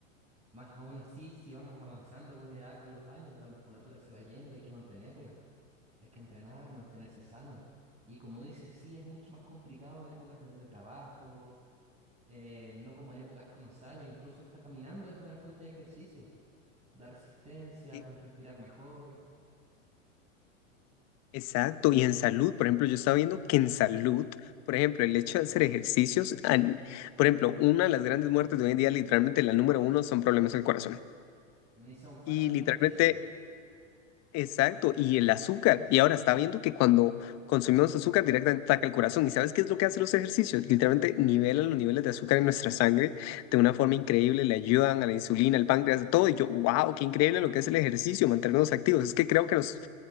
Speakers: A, on the right; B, on the left.
A: Más aún así, si vamos avanzando con la edad, con los años, la musculatura se va yendo, hay que mantenerla. Hay que entrenar, mantenerse sanos. Y como dices, sí, es mucho más complicado en épocas de teletrabajo, eh, no como en épocas que uno sale, incluso hasta caminando es buena fuente de ejercicio. da resistencia,
B: E-
A: puedes respirar mejor.
B: Exacto, y en salud, por ejemplo, yo estaba viendo que en salud, por ejemplo, el hecho de hacer ejercicios, an- por ejemplo, una de las grandes muertes de hoy en día, literalmente la número uno, son problemas del corazón.
A: Ni son faltas
B: Y literalmente
A: de ejercicio.
B: Exacto, y el azúcar. Y ahora está viendo que cuando consumimos azúcar directamente ataca el corazón. ¿Y sabes qué es lo que hacen los ejercicios? Literalmente nivelan los niveles de azúcar en nuestra sangre de una forma increíble, le ayudan a la insulina, al páncreas, a todo. Y yo, wow, qué increíble lo que es el ejercicio, mantenernos activos. Es que creo que nos,